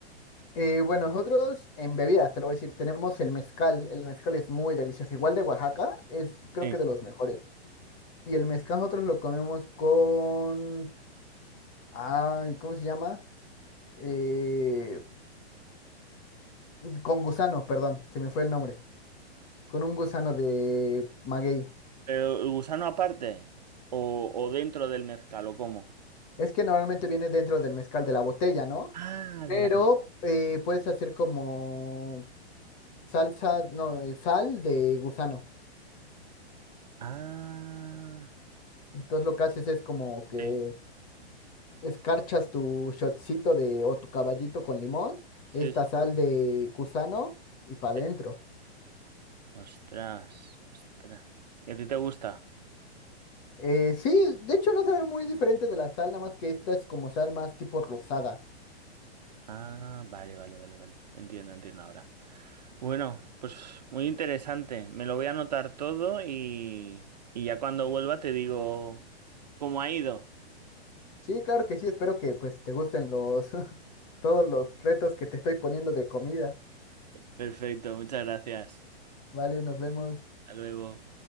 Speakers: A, on the left; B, on the right.
A: Eh, bueno, nosotros en bebidas, te lo voy a decir, tenemos el mezcal. El mezcal es muy delicioso. Igual de Oaxaca, es creo
B: Sí.
A: que de los mejores. Y el mezcal nosotros lo comemos con... Ay, ¿cómo se llama? Eh, con gusano, perdón, se me fue el nombre. Con un gusano de maguey.
B: ¿Pero el gusano aparte? ¿O, o dentro del mezcal? ¿O cómo?
A: Es que normalmente viene dentro del mezcal de la botella, ¿no?
B: Ah,
A: Pero
B: de la...
A: eh, puedes hacer como salsa, no, eh, sal de gusano.
B: Ah...
A: Entonces lo que haces es como que
B: Sí,
A: escarchas tu shotcito de o tu caballito con limón,
B: sí,
A: esta
B: sí.
A: sal de gusano y para
B: sí.
A: adentro.
B: Ostras, ostras. ¿Y a ti te gusta?
A: Eh, sí, de hecho no sabe muy diferente de la sal, nada más que esta es como sal más tipo rosada.
B: Ah, vale, vale, vale, vale. Entiendo, entiendo ahora. Bueno, pues muy interesante. Me lo voy a anotar todo y, y ya cuando vuelva te digo cómo ha ido.
A: Sí, claro que sí, espero que pues te gusten los <laughs> todos los retos que te estoy poniendo de comida.
B: Perfecto, muchas gracias.
A: Vale, nos vemos.
B: Hasta luego.